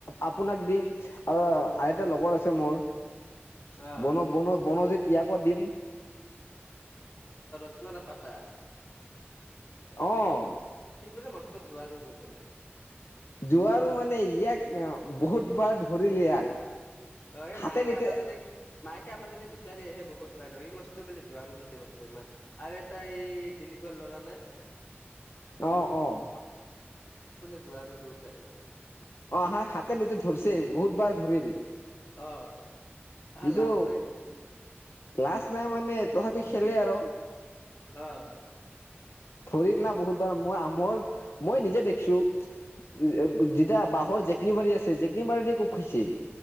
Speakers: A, on the left; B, on the left.
A: আপোনাক দিম আৰু আইতাৰ লগৰ আছে মোৰ-
B: অ
A: বন বন বনজিত ইয়াকো দিম-
B: <unintelligible> পটা
A: অ-
B: সঠ বোলে মস্ত জোৱাৰো বোলে-
A: জোৱাৰো মানে ইয়াক বহুত বাৰ ধৰিল ইয়াক-
B: অ এই
A: হাতে
B: মাকে
A: লুতে
B: আমাৰ তাতে মাকে আমাৰ তাতে বিচাৰহে বহুত বাৰ এই মস্ত বোলে- জোৱাৰো হৈছে বৰ্তমান আৰু এটা এই দিলীপৰ ল'ৰা নে-
A: আহ অ-
B: য আৰু দুয়োটাই -
A: অ আহা হাতে লোতে ধৰিছে বহুত বাৰ ধৰিল-
B: আহ আহ
A: যিটো
B: লাজ নাই নেকি?
A: লাজ নাই মানে তথাপি খেলে আৰু-
B: আহ-
A: ধৰিল না বহুতবাৰ মই মোৰ মই নিজে দেখিছোঁ - যতিয়া বাঁহৰ জেকনি বাৰী আছে জেকনি বাৰী দ খুব খাইছে।